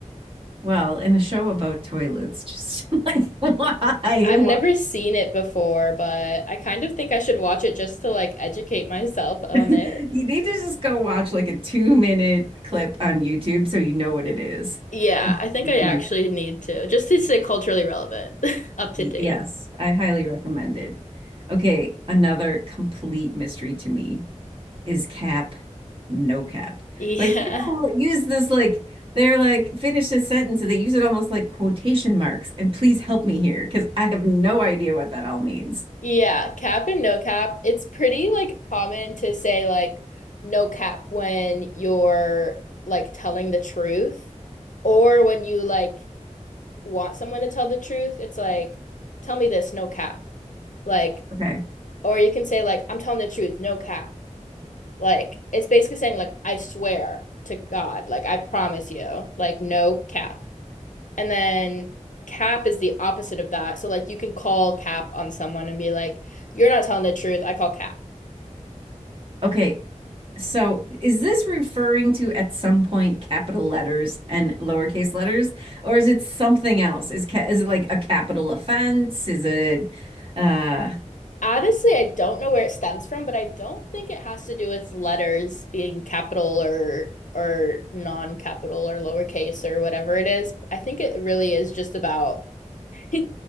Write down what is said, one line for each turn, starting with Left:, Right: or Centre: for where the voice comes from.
Right: Well, in a show about toilets, just <laughs> like why?
Left: <laughs> I've
Right: Why?
Left: never seen it before, but I kind of think I should watch it just to like educate myself on
Right: <laughs>
Left: it.
Right: You need to just go watch like a two minute clip on YouTube so you know what it is.
Left: Yeah,
Right: And
Left: I think
Right: then
Left: I actually
Right: you can,
Left: need to, just to stay culturally relevant, <laughs> up to
Right: y-
Left: date.
Right: yes, I highly recommend it. Okay, another complete mystery to me is cap, no cap.
Left: Yeah.
Right: Like people use this like they're like finish this sentence and they use it almost like quotation marks. And please help me here because I have no idea what that all means.
Left: Yeah, cap and no cap. It's pretty like common to say like no cap when you're like telling the truth or when you like want someone to tell the truth. It's like tell me this, no cap. Like
Right: Okay.
Left: or you can say like I'm telling the truth, no cap. Like it's basically saying like I swear to God, like I promise you, like no cap. And then cap is the opposite of that. So like you can call cap on someone and be like you're not telling the truth. I call cap.
Right: Okay. So is this referring to at some point capital letters and lowercase letters, or is it something else? Is ca is it like a capital offense? Is it uh
Left: Honestly, I don't know where it stems from, but I don't think it has to do with letters being capital or or non-capital or lowercase or whatever it is. I think it really is just about <laughs>